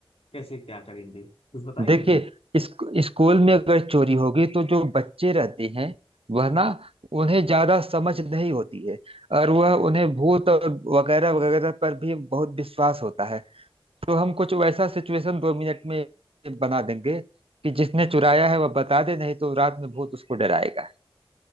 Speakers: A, on the left; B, on the right.
A: कैसे क्या करेंगे कुछ बताएंगे
B: देखिए इस, स्कूल में अगर चोरी होगी तो जो बच्चे रहते हैं वह
A: हाँ।
B: ना उन्हें ज्यादा समझ नहीं होती है और वह उन्हें भूत और वगैरह वगैरह पर भी बहुत विश्वास होता है तो हम कुछ वैसा सिचुएशन दो मिनट में बना देंगे कि जिसने चुराया है वह बता दे नहीं तो रात में भूत उसको डराएगा